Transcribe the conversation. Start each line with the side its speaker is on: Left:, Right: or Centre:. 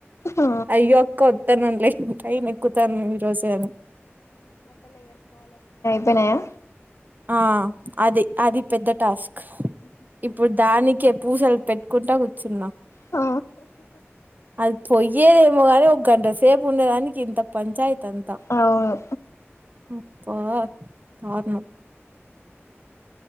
Left: ఆ
Right: అయ్యోక్క వత్తన్నాను లే పైన ఎక్కుతాను ఈ రోజే అను
Left: పెనాయా
Right: ఆ అది అది పెద్ద టాస్క్ ఇప్పుడు దానికి పూసలు పెట్టుకుంటా కూర్చున్నా
Left: ఆ
Right: అది పొయ్యేదేమో గాని ఒక గంట సేపు ఉండేదానికి ఇంత పంచాయతీ అంత
Left: అవును
Right: అబ్బా దారుణం